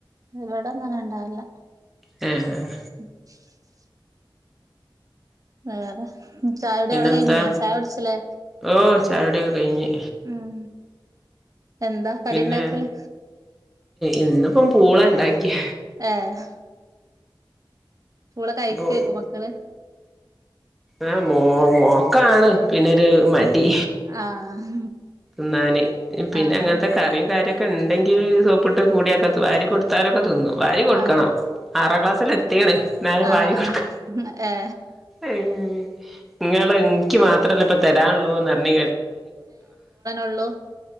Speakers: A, on the right (about 40°); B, in the centre.
A: ഇവിടൊന്നും അങ്ങനെ ഇണ്ടാവില്ല
B: ഉം
A: <inaudible> വേറെ ചായുടി
B: പിന്നെന്താ
A: അവിടെ കഴിഞ്ഞില്ലേ ചായ കുടിച്ചില്ലേ
B: ഓ ചായുടിയൊക്കെ കഴിഞ്ഞ്
A: ഉം എന്താ കടിയുണ്ടാക്കല്
B: പിന്നെ ഇന്നിപ്പം പൂള ഉണ്ടാക്കിയ
A: ആഹ് പൂള കഴക്കൊക്കും
B: അപ്പൊ
A: മക്കള്
B: ആഹ് മോ മോക്കാണ് പിന്നൊരു മടി
A: ആഹ്
B: ന്നാൻ പിന്നെ
A: ആഹ്
B: അങ്ങനത്തെൊക്കെ കറിയും കാര്യൊക്കെ ഒക്കെ ഉണ്ടെങ്കിൽ സോപ്പിട്ട് കൂടിയാക്കാത്ത വാരി കൊടുത്താലൊക്കെ തിന്നും വാരി കൊടുക്കണം
A: ആഹ്
B: ആറാം ക്ലാസ്സിൽ എത്തിക്ക്ണേ എന്നാലും
A: ആഹ് ആഹ്
B: വാരി കൊടുക്കണം
A: ഏ
B: ഉം ങ്ങള് എനിക്ക് മാത്രല്ലേ ഇപ്പൊ തരാനുള്ളൂന്നറിഞ്ഞ്
A: അള്ളൂ